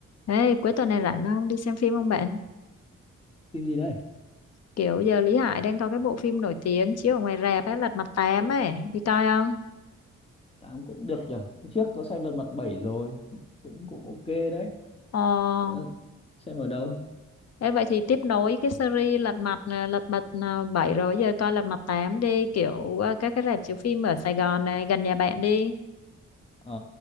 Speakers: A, on the left; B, on the left.
A: Ê, cuối tuần này rảnh không? Đi xem phim không bạn?
B: phim gì đây
A: Kiểu giờ Lý Hải đang có cái bộ phim nổi tiếng chiếu ở ngoài rạp ấy, Lật Mặt tám ấy. Đi coi không?
B: tám cũng được nhở Hôm trước có xem lần mặt bảy rồi cũng cũng ok đấy
A: Ồ,
B: Ờ, xem ở đâu
A: thế vậy thì tiếp nối cái series Lật Mặt à, Lật Mặt à, 7 rồi giờ coi Lật Mặt tám đi, kiểu à, các cái rạp chiếu phim ở Sài Gòn này gần nhà bạn đi
B: ờ